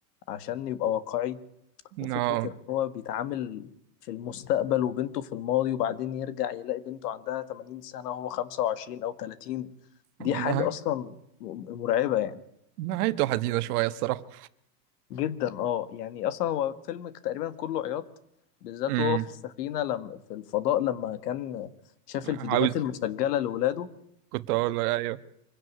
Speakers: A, on the left; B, on the right.
A: عشان يبقى واقعي وفكرة
B: اه
A: إن هو بيتعامل في المستقبل وبنته في الماضي وبعدين يرجع يلاقي بنته عندها 80 سنة وهو 25 أو 30 دي
B: والله
A: حاجة أصلا م- مرعبة يعني
B: نهايته حزينه شويه الصراحه
A: جدا اه يعني أصلا هو فيلم تقريبا كله عياط بالذات
B: امم
A: هو في السفينة لما في الفضاء لما كان شاف
B: عاوز
A: الفيديوهات المسجلة لولاده
B: كنت اقول لك ايوه